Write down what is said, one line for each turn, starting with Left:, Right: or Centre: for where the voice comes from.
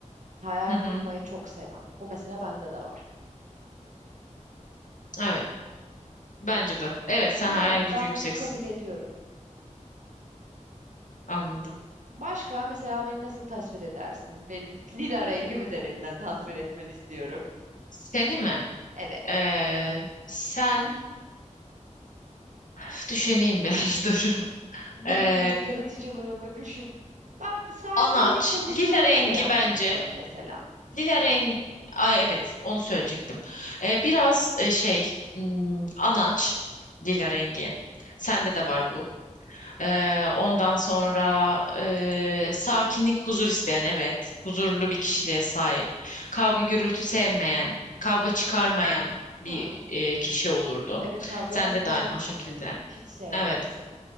Right: Hayal
Left: Hı hı.
Right: kurmayı çok seven. Bu mesela bende de var.
Left: Evet. Bence de. Evet
Right: Yani
Left: sen hayal gücü
Right: ben
Left: yükseksin.
Right: bunu kabul ediyorum.
Left: Anladım.
Right: Başka mesela beni nasıl tasvir edersin? Benim <laughs> lila rengim üzerinden tasvir etmeni istiyorum.
Left: Seni mi?
Right: Evet.
Left: Ee, sen <sighs> düşüneyim bir <laughs> dur.
Right: Benim
Left: Ee,
Right: bir yaratıcılığımı düşün. Ben sakinlik
Left: anaç,
Right: ve huzurluk
Left: lila rengi
Right: arayan
Left: bence.
Right: bir insanım mesela.
Left: Lila rengi, ay evet onu söyleyecektim. Ee, biraz e, şey hmm, anaç, lila rengi. Sende de var bu. Ee, ondan sonra e, sakinlik, huzur isteyen evet. Huzurlu bir kişiliğe sahip. Kavga gürültü sevmeyen, kavga çıkarmayan bir
Right: Hı.
Left: e, kişi olurdu.
Right: Evet kavgadan
Left: Sende
Right: kaçarım
Left: de aynı o şekilde.
Right: ya. Hiç sevmem
Left: Evet.
Right: mesela.